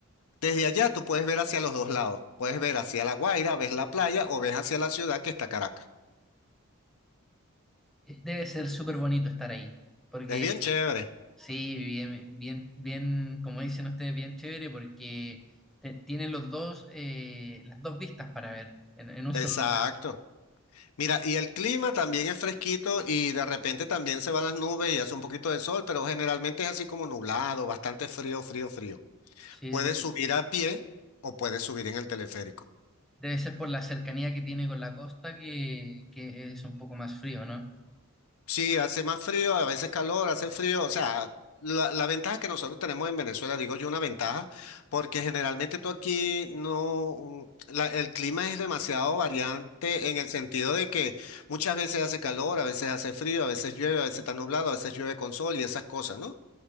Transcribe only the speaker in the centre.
Eh, Debe ser súper bonito estar ahí, porque
sí, bien, bien, bien, como dicen ustedes, bien chévere, porque te- tienen los dos, eh, las dos vistas para ver en, en un
solo lugar.
Sí,
es-
debe ser por la cercanía que tiene con la costa que, que es un poco más frío, ¿no?